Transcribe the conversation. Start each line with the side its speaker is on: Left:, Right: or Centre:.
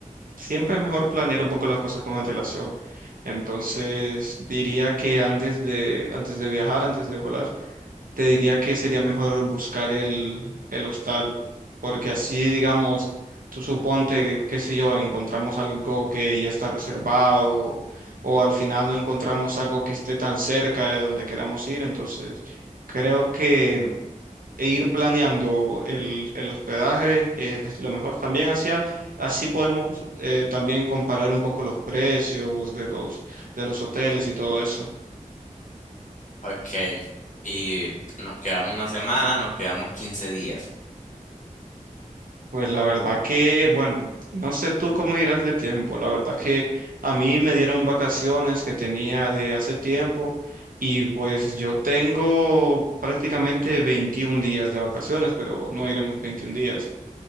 Right: siempre es mejor planear un poco las cosas con antelación. Entonces diría que antes de, antes de viajar, antes de volar, Te diría que sería mejor buscar el, el hostal, porque así, digamos, tú suponte, qué sé yo, encontramos algo que ya está reservado o al final no encontramos algo que esté tan cerca de donde queramos ir, entonces creo que e ir planeando el, el hospedaje es lo mejor. También hacia, así podemos eh, también comparar un poco los precios de los, de los hoteles y todo eso.
Left: Ok, y nos quedamos una semana, nos quedamos 15 días.
Right: Pues la verdad que, bueno, no sé tú cómo irás de tiempo. La verdad que a mí me dieron vacaciones que tenía de hace tiempo y pues yo tengo prácticamente 21 días de vacaciones, pero no iremos 21 días.